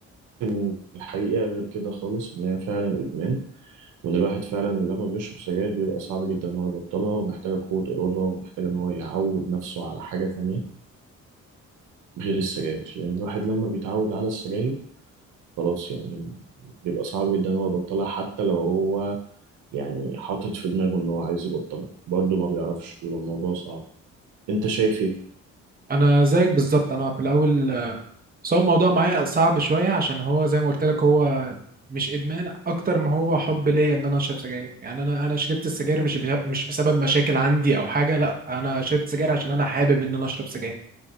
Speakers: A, on the right; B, on the right.
A: إن الحقيقة غير كده خالص إن هي فعلا إدمان وإن الواحد فعلا لما بيشرب سجاير بيبقى صعب جدا إن هو يبطلها ومحتاجة قوة إرادة ومحتاجة إن هو يعود نفسه على حاجة تانية غير السجاير لأن الواحد لما بيتعود على السجاير خلاص يعني بيبقى صعب جدا إن هو يبطلها حتى لو هو يعني حاطط في دماغه إن هو عايز يبطلها برضه ما بيعرفش بيبقى الموضوع صعب أنت شايف إيه؟
B: انا زيك بالظبط انا في الاول آه، بس هو الموضوع معايا صعب شوية عشان هو زي ما قلت لك هو مش ادمان اكتر ما هو حب ليا ان انا اشرب سجاير يعني انا انا شربت السجاير مش بشه- مش بسبب مشاكل عندي او حاجة لا انا شربت سجاير عشان انا حابب ان انا اشرب سجاير